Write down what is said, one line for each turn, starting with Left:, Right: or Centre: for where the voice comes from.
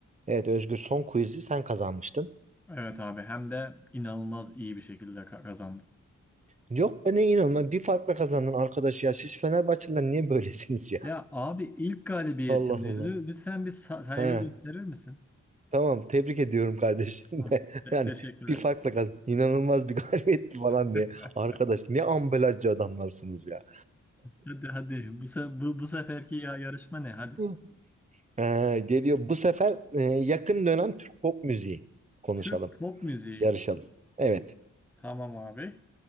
Right: Evet Özgür son quiz'i sen kazanmıştın.
Centre: Evet abi hem de inanılmaz iyi bir şekilde ka- kazandım.
Right: Yok be ne inanılmaz bir farkla kazandın arkadaş ya. Siz Fenerbahçeliler niye böylesiniz ya?
Centre: Ya abi ilk galibiyetimdi.
Right: <laughs> Allah Allah.
Centre: Lü- Lütfen bir sa- saygı
Right: He,
Centre: gösterir misin?
Right: tamam tebrik ediyorum kardeşim
Centre: Hı.
Right: de. <laughs>
Centre: Te-
Right: Yani
Centre: teşekkürler.
Right: bir farkla kazandın. İnanılmaz bir <laughs> galibiyetti falan
Centre: <laughs>
Right: diye. Arkadaş ne ambalajcı adamlarsınız ya.
Centre: Hadi hadi bu, se- bu, bu seferki ya- yarışma ne hadi.
Right: Hı. Ee, geliyor bu sefer e, yakın dönem Türk pop müziği konuşalım.
Centre: Türk pop müziği.
Right: Yarışalım. Evet.
Centre: Tamam abi.